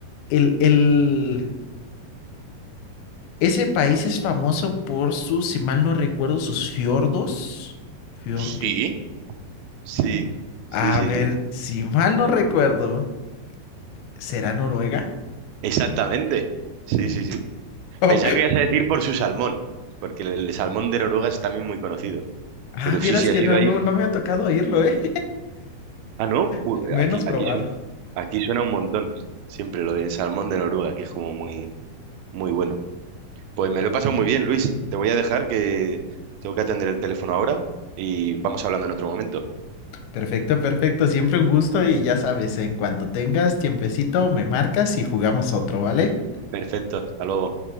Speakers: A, on the left; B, on the right.
A: El, el, ese país es famoso por sus, si mal no recuerdo, sus fiordos. ¿Fiordo?
B: Sí, sí, sí,
A: A
B: sí,
A: ver,
B: sí.
A: si mal no recuerdo, ¿será Noruega?
B: Exactamente. Sí, sí, sí.
A: <laughs>
B: Pensaba que ibas a decir por su salmón, porque el, el salmón de Noruega es también muy conocido.
A: Ah,
B: Pero
A: vieras
B: sí, sí,
A: que
B: ha sido
A: no,
B: allí.
A: no, no me ha tocado oírlo, ¿eh?
B: Ah, no, ju-
A: <laughs> Menos
B: aquí,
A: probarlo.
B: aquí suena, aquí suena un montón. Siempre lo de salmón de Noruega, que es como muy, muy bueno. Pues me lo he pasado muy bien, Luis. Te voy a dejar que tengo que atender el teléfono ahora y vamos hablando en otro momento.
A: Perfecto, perfecto. Siempre un gusto y ya sabes, en cuanto tengas tiempecito, me marcas y jugamos otro, ¿vale?
B: Perfecto, hasta luego.